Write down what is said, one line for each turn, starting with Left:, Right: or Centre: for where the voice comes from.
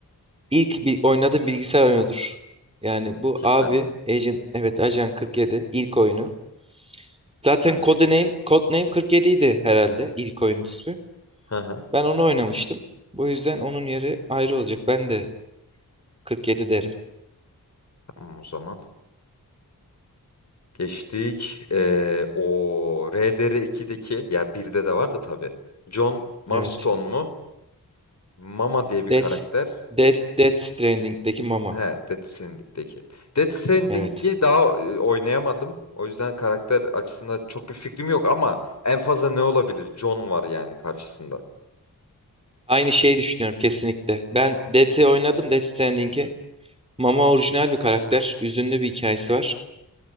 Right: İlk bir oynadığım bilgisayar oyunudur. Yani bu
Left: Hitman.
Right: abi Agent evet Ajan 47 ilk oyunu. Zaten
Left: Hı hı.
Right: Codename Codename 47 idi herhalde ilk oyun ismi.
Left: Hı hı.
Right: Ben onu oynamıştım. Bu yüzden onun yeri ayrı olacak. Ben de 47 derim.
Left: Tamam o zaman. Geçtik. Ee, o RDR2'deki ya birde de var da tabii. John Marston
Right: Evet.
Left: mu? Mama diye bir
Right: Death,
Left: karakter.
Right: Death, Death Stranding'deki Mama.
Left: He, Death Stranding'deki. Death Stranding'i
Right: Evet.
Left: daha e, oynayamadım. O yüzden karakter açısında çok bir fikrim yok ama en fazla ne olabilir? John var yani karşısında.
Right: Aynı şeyi düşünüyorum kesinlikle. Ben Death'i oynadım Death Stranding'i. Mama orijinal bir karakter. Üzünlü bir hikayesi var.